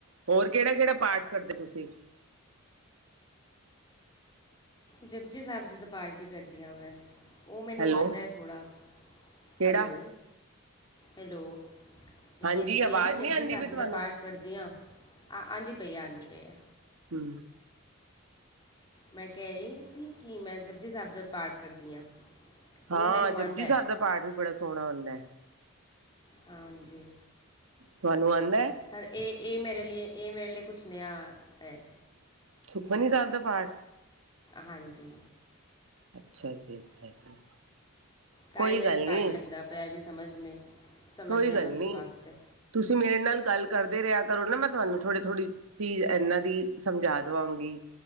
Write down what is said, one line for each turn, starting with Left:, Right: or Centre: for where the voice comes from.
Right: ਹੋਰ ਕਿਹੜਾ ਕਿਹੜਾ ਪਾਠ ਕਰਦੇ ਤੁਸੀਂ।
Left: ਜਪਜੀ ਸਾਹਿਬ ਜੀ ਦਾ ਪਾਠ ਵੀ ਕਰਦੀ ਹਾਂ ਮੈਂ ਉਹ ਮੈਨੂੰ
Right: ਹੈਲੋ,
Left: ਆਦਾ ਹੈ ਥੋੜ੍ਹਾ।
Right: ਕਿਹੜਾ?
Left: ਹੈਲੋ ਹੈਲੋ ਮੈਂ
Right: ਹਾਂਜੀ,
Left: ਕਹਿੰਦੀ ਪਈ
Right: ਆਵਾਜ਼
Left: ਹਾਂ ਮੈਂ
Right: ਨੀ
Left: ਜਪਜੀ
Right: ਆਂਦੀ
Left: ਸਾਹਿਬ
Right: ਪਈ
Left: ਜੀ
Right: ਤੁਹਾਨੂੰ?
Left: ਦਾ ਪਾਠ ਕਰਦੀ ਆ ਆਦੀ ਪਈ ਆ ਆਂਦੀ ਪਈ ਆ।
Right: ਹੂੰ
Left: ਮੈਂ ਕਹਿ ਰਹੀ ਸੀ ਕਿ ਮੈਂ ਜਪਜੀ ਸਾਹਿਬ ਦਾ ਪਾਠ ਕਰਦੀ ਹਾਂ। ਉਹ
Right: ਹਾਂ
Left: ਮੈਨੂੰ
Right: ਜਪਜੀ
Left: ਆਉਂਦਾ
Right: ਸਾਹਿਬ
Left: ਹੈ
Right: ਦਾ ਪਾਠ ਵੀ ਬੜਾ ਸੋਹਣਾ ਹੁੰਦਾ ਐ।
Left: ਹਾਂਜੀ।
Right: ਤੁਹਾਨੂੰ ਆਂਦਾ ਐ,
Left: ਪਰ ਇਹ ਇਹ ਮੇਰੇ ਲਈ ਇਹ ਮੇਰੇ ਲਈ ਕੁਛ ਨਿਆ ਹੈ।
Right: ਸੁੁਖਮਨੀਂ ਸਾਹਿਬ ਦਾ ਪਾਠ?
Left: ਹਾਂਜੀ।
Right: ਅੱਛਾ ਜੀ, ਅੱਛਾ ਜੀ।
Left: ਤਾਂ
Right: ਕੋਈ
Left: ਈ ਮੈਨੂੰ
Right: ਗੱਲ
Left: ਟਾਈਮ
Right: ਨੀ,
Left: ਲੱਗਦਾ ਪਿਆ ਵੀ ਸਮਝਨੇ, ਸਮਝਨੇ
Right: ਕੋਈ ਗੱਲ
Left: ਵਸ
Right: ਨੀ।
Left: ਵਾਸਤੇ।
Right: ਤੁਸੀਂ ਮੇਰੇ ਨਾਲ ਗੱਲ ਕਰਦੇ ਰਿਆ ਕਰੋ ਨਾ, ਮੈਂ ਤੁਹਾਨੂੰ ਥੋੜੀ ਥੋੜ੍ਹੀ ਚੀਜ਼ ਇਹਨਾਂ ਦੀ ਸਮਝਾ ਦੇਵਾਂਗੀ,